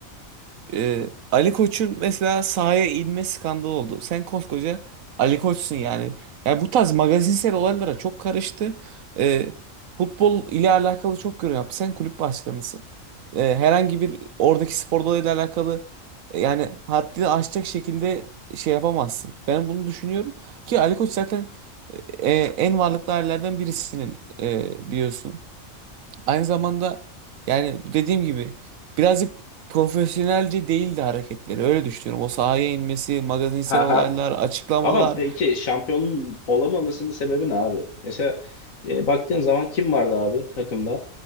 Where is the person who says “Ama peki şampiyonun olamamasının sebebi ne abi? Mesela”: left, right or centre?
Left